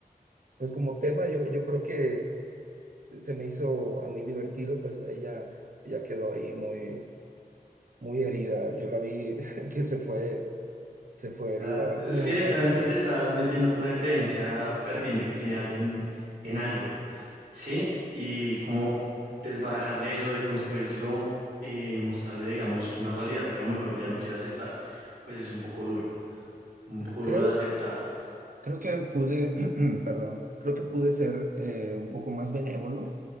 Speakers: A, on the right; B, on the right.
A: pues como tema yo, yo creo que se me hizo a mí divertido, pero ella, ella quedó ahí muy, muy herida, yo la vi <laughs> que se fue, se fue
B: Claro.
A: herida, a ver
B: Es
A: cómo
B: que
A: me
B: directamente
A: va después.
B: te estás metiendo con la creencia ferviente que tiene alguien en algo, sí, y como desbarajarle eso, de construírselo eh, y mostrarle, digamos, una realidad que a lo mejor ella no quiere aceptar, pues es un poco duro, un poco
A: Creo.
B: duro de aceptar.
A: Creo que pude, <clears throat> perdón, creo que pude ser eh, un poco más benévolo,